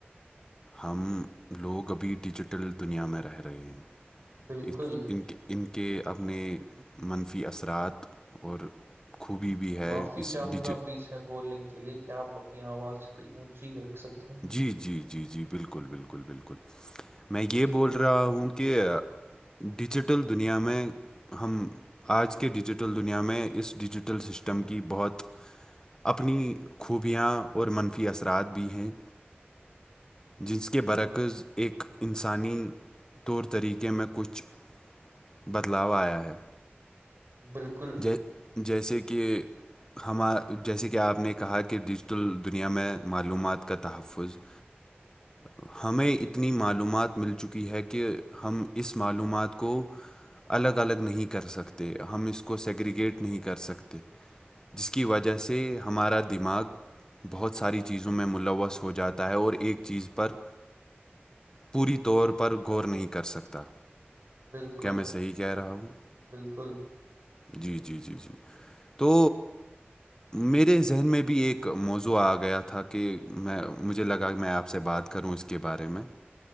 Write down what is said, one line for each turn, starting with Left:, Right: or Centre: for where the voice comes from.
Left: ہم لوگ ابھی ڈیجیٹل دنیا میں رہ رہے ہیں
Right: بالکل
Left: اس ان کے ان کے اپنے منفی اثرات اور خوبی بھی ہے
Right: معافی
Left: اس
Right: چاہوں
Left: ڈیجی
Right: گا بیچ بولنے کے لیے کیا آپ اپنی آواز تھوڑی اونچی رکھ سکتے ہیں
Left: جی جی جی جی بالکل بالکل بالکل میں یہ بول رہا ہوں کہ ڈیجیٹل دنیا میں ہم آج کے ڈیجیٹل دنیا میں اس ڈیجیٹل سسٹم کی بہت اپنی خوبیاں اور منفی اثرات بھی ہیں جس کے برکز ایک انسانی طور طریقے میں کچھ بدلاؤ آیا ہے
Right: بالکل
Left: ج جیسے کہ ہم جیسے کہ آپ نے کہا کہ ڈیجیٹل دنیا میں معلومات کا تحفظ <inaudible> <unintelligible> ہمیں اتنی معلومات مل چکی ہے کہ ہم اس معلومات کو الگ الگ نہیں کر سکتے ہم اس کو سیگریگیٹ نہیں کر سکتے جس کی وجہ سے ہمارا دماغ بہت ساری چیزوں میں ملوث ہو جاتا ہے اور ایک چیز پر پوری طور پر غور نہیں کر سکتا
Right: بالکل
Left: کیا میں صحیح کہہ رہا ہوں
Right: بالکل
Left: جی جی جی جی تو میرے ذہن میں بھی ایک موضوع آ گیا تھا کہ میں مجھے لگا میں آپ سے بات کروں اس کے کے بارے میں